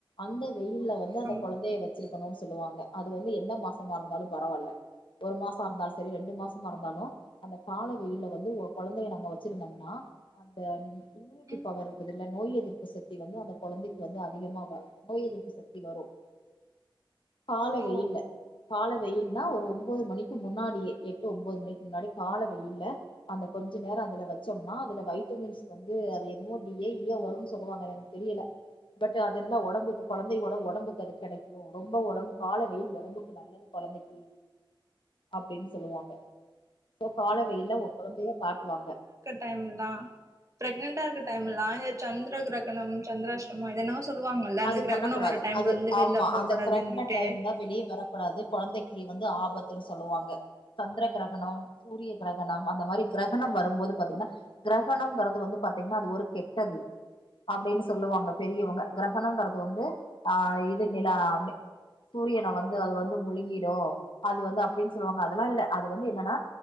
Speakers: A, on the left (about 70°); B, on the right (about 40°).
A: அந்த வெயில்ல வந்து அந்த
B: ஆமா
A: கொழந்தைய வச்சிருக்கணும்னு சொல்லுவாங்க அது வந்து எந்த மாசமா இருந்தாலும் பரவால்ல ஒரு மாசொருந்தாலு செரி ரெண்டு மாசமா இருந்தாலு அந்த கால வெயில்ல வந்து ஒ கொழந்தைய நம்ம வச்சிருந்தம்னா அந்த இம்யூனிட்டி
B: ம்
A: பவர் இருக்குதுல்ல நோய் எதிர்ப்பு சக்தி வந்து அந்த கொழந்தைக்கு வந்து அதிகமா வ நோய் எதிர்ப்பு சக்தி வரும் கால
B: ஓ
A: வெயில்ல கால வெயில்னா ஒரு ஒம்போது மணிக்கு முன்னாடியே எட்டு ஒம்போது மணிக்கு முன்னாடி கால வெயில்ல அந்த கொஞ்ச நேர அதுல வச்சோம்னா அதுல வைட்டமின்ஸ் வந்து அது என்னவோ டி ஏ ஈயோ வருன்னு சொல்லுவாங்க அது எனக்கு தெரியல பட் அதெல்லா ஒடம்புக்கு கொழந்தையோட ஒடம்புக்கு அது கெடைக்கு ரொம்ப ஒடம் காலவெயில் ஒடம்புக்கு நல்லது கொழந்தைக்கி அப்டின் சொல்லுவாங்க சோ காலவெயில்ல ஒ கொழந்தய காட்டுவாங்க
B: டைம்ன்னா ப்ரெக்னன்டா இருக்க டைம்ல்லா ஏ சந்திர கிரகணம் சந்திராஷ்டம என்னன்னா சொல் சொல்லுவாங்கல்ல அந்த
A: அது
B: கிரகணம்
A: பண்ணக் கூடாது
B: வர டைம்
A: அது
B: வந்து வெள்ல
A: ஆமா
B: போ
A: அந்த
B: கூடாதுன்னிட்டு
A: கிரகண டைம்ல வெளிய வர குடாது கொழந்தைக்கு வந்து ஆபத்துன் சொல்லுவாங்க சந்திர கிரகணம் சூரிய கிரகணம் அந்த மாரி கிரகணம் வரும்போது பாத்தீங்கன்னா கிரகணம்ங்கறது வந்து பாத்தீங்ன்னா அது ஒரு கெட்டது அப்டின்னு சொல்லுவாங்க பெரியவங்க கிரகணங்கறது வந்து ஆ இது நிலா சூரியன வந்து அது வந்து முழுங்கிடும் அது வந்து அப்டின்னு சொல்லுவாங்க அதெல்லா இல்ல அது வந்து என்னன்னா